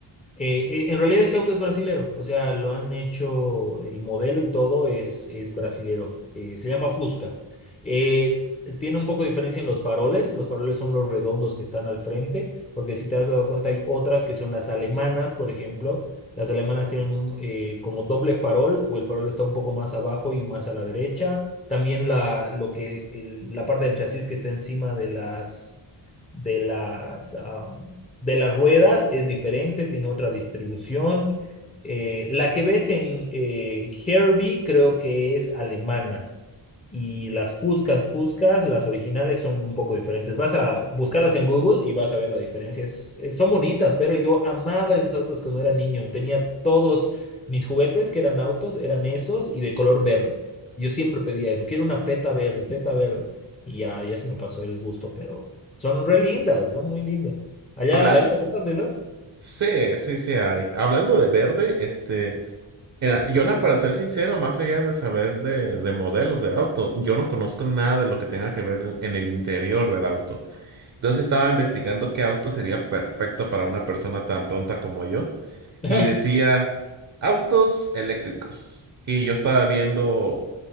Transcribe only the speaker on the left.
Eh, eh, en realidad ese auto es brasilero, o sea, lo han hecho, el modelo y todo es, es brasilero. Eh, se llama Fusca. Eh, tiene un poco de diferencia en los faroles, los faroles son los redondos que están al frente, porque si te has dado cuenta hay otras que son las alemanas, por ejemplo. Las alemanas tienen un, eh, como doble farol o el farol está un poco más abajo y más a la derecha. También la, lo que el- la parte del chasis que está encima de las, de las, de las ruedas es diferente, tiene otra distribución. Eh, la que ves en eh, Herbie creo que es alemana. Y las Fuscas, Fuscas, las originales son un poco diferentes. Vas a buscarlas en Google y vas a ver la diferencia. Es- es- son bonitas, pero yo amaba esos autos cuando era niño. Tenía todos mis juguetes que eran autos, eran esos y de color verde. Yo siempre pedía eso. Quiero una peta verde, peta verde. Y ya, ya se me pasó el gusto, pero son re lindas, son muy lindas. Allá
hay tantas de esas.
<laughs>